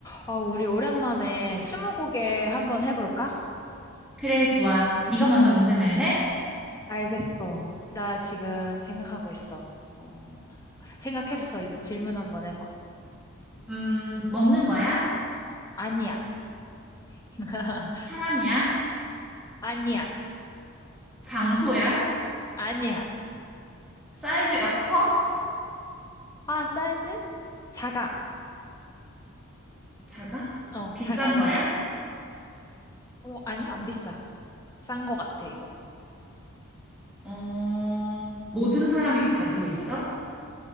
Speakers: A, on the left (about 15°); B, in the centre.
A: 어, 우리 오랜만에 스무고개 한번 해볼까?
B: 그래, 좋아. 네가 먼저 문제 낼래?
A: 알겠어. 나 지금 생각하고 있어. 어, 생각했어. 이제 질문 한번 해봐.
B: 음, 먹는 거야?
A: 아니야. <laughs>
B: 사람이야?
A: 아니야.
B: 장소야?
A: 아니야.
B: 사이즈가 커?
A: 아, 사이즈? 작아.
B: 작아?
A: 어,
B: 비싼
A: 작아.
B: 거야?
A: 어, 아니, 안 비싸. 싼 거 같아, 이건.
B: 어, 모든 사람이 가지고 있어?